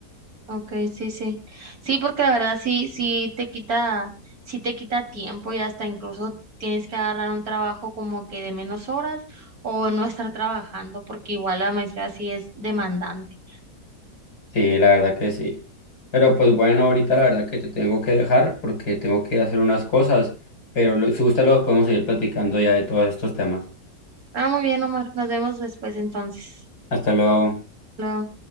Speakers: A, on the right; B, on the left.
A: Ok, sí, sí. Sí, porque la verdad sí, sí te quita, sí te quita tiempo y hasta incluso tienes que agarrar un trabajo como que de menos horas o no estar trabajando, porque igual la maestría sí es demandante.
B: Sí, la verdad que sí. Pero pues bueno, ahorita la verdad que te tengo que dejar porque tengo que hacer unas cosas, pero lo- si gusta lo podemos seguir platicando ya de todos estos temas.
A: Ah, muy bien, Omar. Nos vemos después entonces.
B: Hasta luego.
A: Luego.